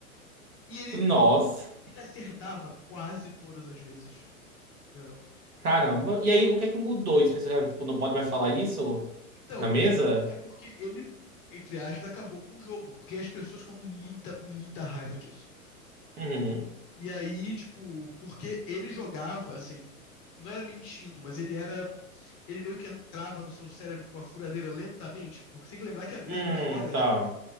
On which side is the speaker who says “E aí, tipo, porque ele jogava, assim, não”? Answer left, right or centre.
Left